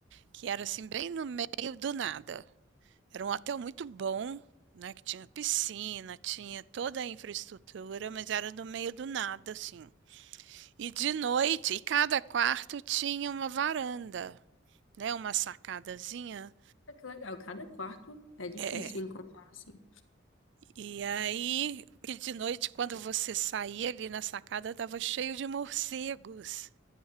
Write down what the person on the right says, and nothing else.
que era assim, bem no meio do nada. Era um hotel muito bom, né, que tinha piscina, tinha toda a infraestrutura, mas era no meio do nada, assim. E de noite, e cada quarto tinha uma varanda, né, uma sacadazinha.
É. é.
E aí, e de noite, quando você saía ali na sacada, estava cheio de morcegos.